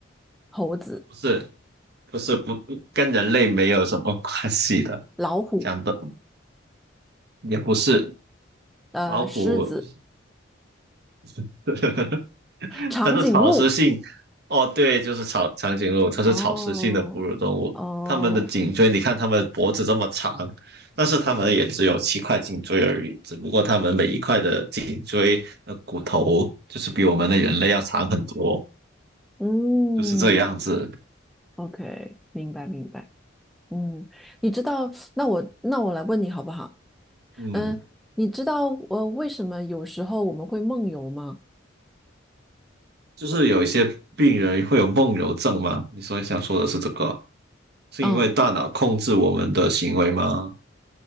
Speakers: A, in the centre; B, on the right.
A: 猴子、
B: 不是不是不跟人类没有什么关系的，
A: 老虎、
B: 讲的也不是
A: 呃，
B: 老虎，
A: 狮子、
B: <laughs>
A: 长颈鹿。
B: 它是草食性，哦，对，就是长长颈鹿，它是草食性的哺乳动物。
A: 哦，哦，
B: 它们的颈椎，你看它们脖子这么长，但是它们也只有七块颈椎而已。只不过它们每一块的颈椎的骨头，就是比我们的人类要长很多，
A: 嗯
B: 就是这样子。
A: ，OK，明白明白，嗯，你知道，那我那我来问你好不好？
B: 嗯，
A: 嗯，你知道呃为什么有时候我们会梦游吗？
B: 就是有一些病人会有梦游症嘛，你所以想说的是这个，是因为大脑控制我们的行为吗？
A: 嗯
B: 我